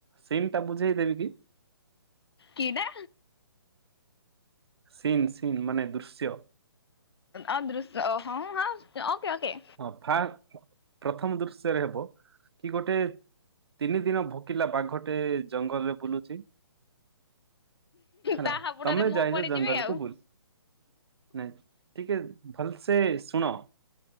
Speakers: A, on the right; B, on the left.
A: ସିନ୍ ଟା ବୁଝେଇଦେବି କି।
B: କି ଟା।
A: ସିନ୍ ସିନ୍ ମାନେ ଦୃଶ୍ୟ।
B: ଆଉ ଦୃଶ୍ୟ ହଁ ହଁ ଓକେ ଓକେ।
A: ଅର୍ଥାତ। ପ୍ରଥମ ଦୃଶ୍ୟରେ ହେବ କି ଗୋଟେ ତିନି ଦିନ ଭୋକିଲା ବାଘଟେ। ଜଙ୍ଗଲରେ ବୁଲୁଚି। ହେଲା
B: ତା ହାବୁଡରେ
A: ତମେ
B: ମୁଁ
A: ଯାଇଚ
B: ପଡିଯିବି
A: ଜଙ୍ଗଲକୁୁ
B: ଆଉ
A: ବୁଲି। ନାଇଁ ଟିକେ ଭଲସେ ଶୁଣ।